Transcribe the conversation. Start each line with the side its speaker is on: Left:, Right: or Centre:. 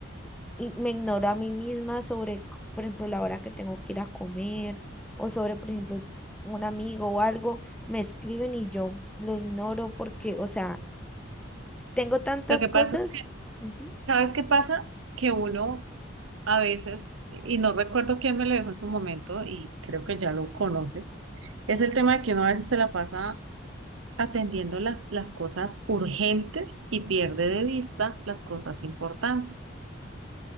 Centre: y me ignoro a mí misma sobre, c- por ejemplo, la hora que tengo que ir a comer o sobre, por ejemplo, un amigo o algo, me escriben y yo lo ignoro porque, o sea, tengo tantas
Right: Lo que
Centre: cosas.
Right: pasa es que,
Centre: Ujú,
Right: ¿sabes qué pasa? Que uno a veces, y no recuerdo quién me lo dijo en su momento, y creo que ya lo conoces, es el tema de que uno a veces se la pasa atendiendo la- las cosas urgentes y pierde de vista las cosas importantes.